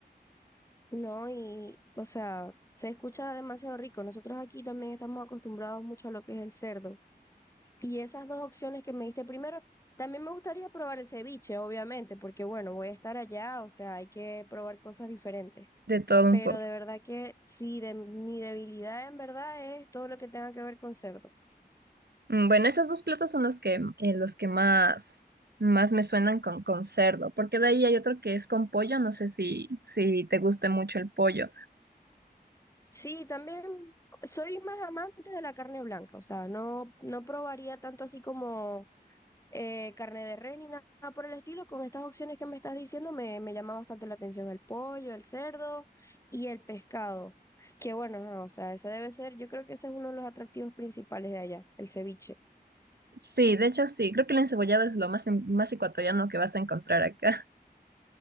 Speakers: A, on the left; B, on the right.
A: No, y, o sea, se escucha demasiado rico. Nosotros aquí también estamos acostumbrados mucho a lo que es el cerdo. Y esas dos opciones que me diste primero, también me gustaría probar el ceviche, obviamente, porque bueno, voy a estar allá, o sea, hay que probar cosas diferentes.
B: de todo
A: Pero
B: un poco.
A: de verdad que sí, de, mi debilidad en verdad es todo lo que tenga que ver con cerdo.
B: Mm, Bueno, esos dos platos son los que, eh, los que más, más me suenan con, con cerdo, porque de ahí hay otro que es con pollo, no sé si, si te guste mucho el pollo.
A: Sí, también soy más amante de la carne blanca, o sea, no, no probaría tanto así como eh, carne de res ni nada por el estilo. Con estas opciones que me estás diciendo me, me llama bastante la atención el pollo, el cerdo y el pescado. Que bueno, ajá, o sea, ese debe ser, yo creo que ese es uno de los atractivos principales de allá, el ceviche.
B: Sí, de hecho sí, creo que el encebollado es lo más, en- más ecuatoriano que vas a encontrar acá.